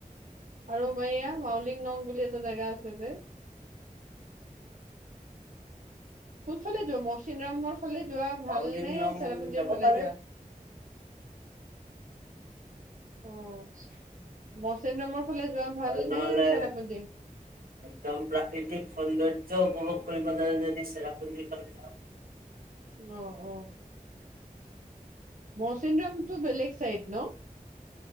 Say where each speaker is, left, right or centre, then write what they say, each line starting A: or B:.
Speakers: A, on the right (about 60°); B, on the right (about 85°).
A: আৰু এইয়া মাউলিং নং বুলি এটা জেগা আছে যে কোন ফালে মৰচিংৰামৰ। ফালে যোৱা ভালনে
B: মাউলিংলং
A: চেৰাপুঞ্জিৰ
B: যাব
A: ফালে
B: পাৰে
A: যোৱা। অঁ। মচনৰামৰ ফালে যোৱা ভাল
B: আৰু নহ'লে
A: নে চেৰাপুঞ্জী।
B: একদম প্ৰাকৃতিক সৌন্দৰ্য উপভোগ কৰিব যদি চেৰাপুঞ্জী ফালে যাওঁ।
A: অঁ অঁ। মৌচিন ৰামটো বেলেগ চাইড ন।